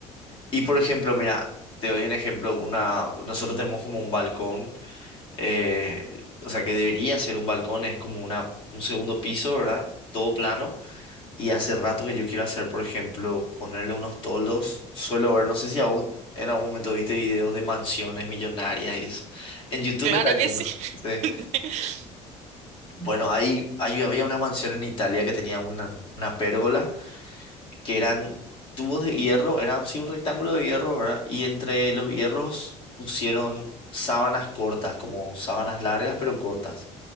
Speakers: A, on the left; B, on the right.
A: Y por ejemplo, mira, te doy un ejemplo, una, nosotros tenemos como un balcón, eh, o sea que debería ser un balcón, es como una, un segundo piso, ¿verdad? Todo plano. Y hace rato que yo quiero hacer, por ejemplo, ponerle unos toldos. Suelo ver, no sé si a vos en algún momento viste videos de mansiones millonarias y eso. En YouTube
B: Claro
A: está lleno.
B: que sí.
A: Sí.
B: <laughs>
A: Bueno, ahí, ahí había una mansión en Italia que tenía una, una pérgola, que eran
B: Ujú.
A: tubos de hierro, eran sí un rectángulo de hierro, ¿verdad? Y entre los hierros pusieron sábanas cortas, como sábanas largas pero cortas.